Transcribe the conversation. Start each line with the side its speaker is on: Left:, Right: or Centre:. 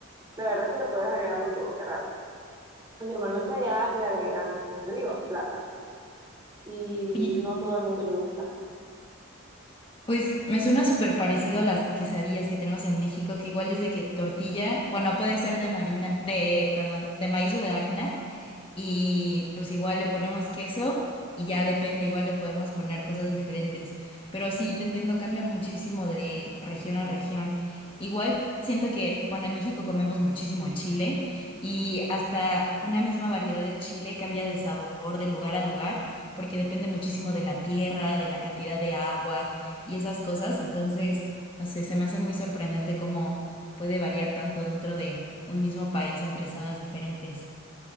Right: La verdad es que le puedes agregar lo que vos querrás. Normalmente allá le agregan, como te digo, plátano. Y
Left: Y
Right: no todo el mundo le gusta.
Left: pues me suena súper parecido a las quesadillas que tenemos en México, que igual es de que tortilla, bueno, puede ser de marina, de, perdón, de maíz o de harina, y pues igual le ponemos queso y ya depende, igual le podemos poner cosas diferentes. Pero sí, te entiendo, cambia muchísimo de región a región. Igual siento que, bueno, en México comemos muchísimo chile y hasta una misma variedad de chile cambia de sabor de lugar a lugar porque depende muchísimo de la tierra, de la cantidad de agua y esas cosas. Entonces, no sé, se me hace muy sorprendente cómo puede variar tanto dentro de un mismo país entre zonas diferentes.